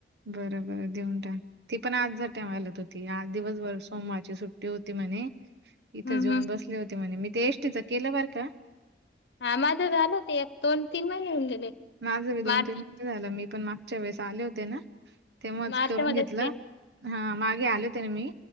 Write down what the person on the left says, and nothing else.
हम्म
हम्म
ह माझं झालं ते एक दोन तीन महिने होऊन गेले
मार्च
मार्च
मध्येच
केलं